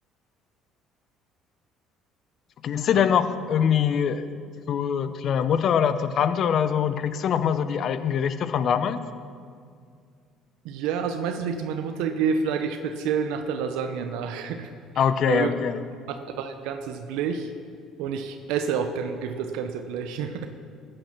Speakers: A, on the left; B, on the right.
A: Gehst du
B: habt
A: denn noch irgendwie zu, zu deiner Mutter oder zur Tante oder so und kriegst du noch mal so die alten Gerichte von damals?
B: ja, also meistens, wenn ich zu meiner Mutter gehe, frage ich speziell nach der Lasagne nach. <laughs>
A: Ah, Okay,
B: Weil wirklich,
A: okay.
B: ich mache einfach ein ganzes Blech und ich esse auch gern gef- das ganze Blech. <laughs>